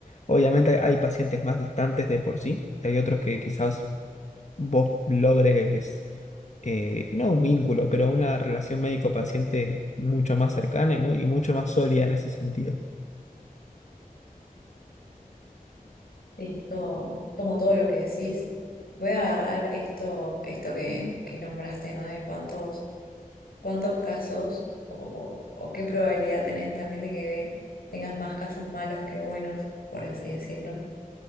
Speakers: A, on the left (about 55°); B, on the left (about 85°).
A: obviamente hay pacientes más distantes de por sí, y hay otros que quizás vos logres, eh, no un vínculo, pero una relación médico-paciente mucho más cercana y, mu- y mucho más sólida en ese sentido.
B: Sí, todo- tomo todo lo que decís. Voy a agarrar esto, esto que, que nombraste, ¿no? De cuántos, cuántos casos o, o- o qué probabilidad tenés también de que tengas más casos malos que buenos, por así decirlo.